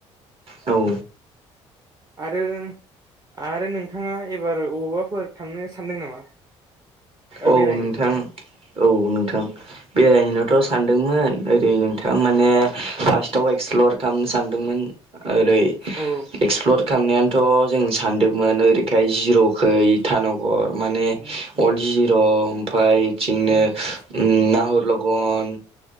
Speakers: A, on the right (about 40°); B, on the right (about 25°).
A: औ।
B: आरो। आरो नोंथाङा एबार अबावबाफोर थांनो सानदों नामा
A: औ
B: बेरायनोफोर
A: नोंथां औ नोंथां। बेरायनोनोथ' सानदोंमोन ओरै नोंथां माने फार्स्टआव एक्सप्लर खालामनो सानदोंमोन आरो। ओरै
B: औ
A: एक्सप्लर खालामनायानोथ' जों सानदोंमोन ओरैखाय जिर' खै
B: उम
A: इटानगर माने
B: उम उम
A: अल्ड जिर' ओमफ्राय इथिंनो।
B: उम
A: ओम नाहर लगन